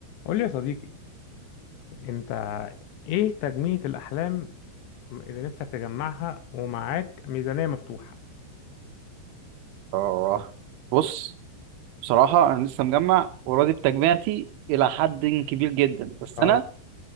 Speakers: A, on the left; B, on the right.
A: قول لي يا صديقي انت ايه تجميع الاحلام اللي نفسك تجمعها ومعاك ميزانية مفتوحة
B: اه بص بصراحة أنا لسه مجمع وراضي بتجميعتي إلى حد كبير جدا بس
A: اه
B: أنا